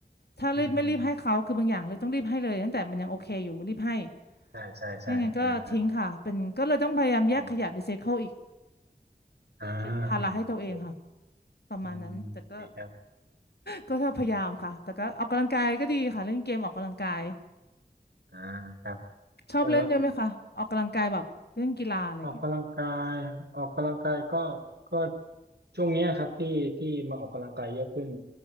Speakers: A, on the left (about 75°); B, on the right (about 80°).
A: ถ้ารีบไม่รีบให้เขาคือบางอย่างเลยต้องรีบให้เลยตั้งแต่มันยังโอเคอยู่รีบให้
B: อืมอืมอืมอืมใช่ใช่ใช่เออเออ
A: ไม่งั้นก็ทิ้งค่ะเป็นก็เลยต้องพยายามแยกขยะรีไซเคิลอีก
B: อืม อ่า
A: เป็นภาระให้ตัวเองค่ะ
B: อืมโอเค
A: ประมาณนั้นแต่ก็
B: อืมอืมดีครับ
A: ก็พยายามค่ะแต่ก็ออกกำลังกายก็ดีค่ะเล่นเกมออกกำลังกาย
B: อืมอ่าครับ
A: ชอบเล่นด้วยไหมคะออกกำลังกายแบบเล่นกีฬาอะไรอย่างเงี้ย
B: เอ่อออกกำลังกายออกกำลังกายก็ก็ช่วงเนี้ยครับที่ที่มาออกกำลังกายเยอะขึ้น